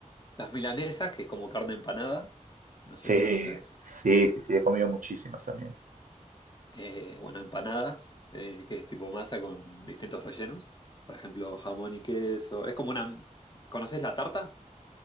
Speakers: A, on the left; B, on the right.
A: las milanesas, que es como carne empanada, no sé
B: Sí,
A: si conoces.
B: sí, sí, sí, he comido muchísimas también.
A: eh, bueno, empanadas, eh, que es tipo masa con distintos rellenos. Por ejemplo, jamón y queso. Es como una... ¿Conoces la tarta?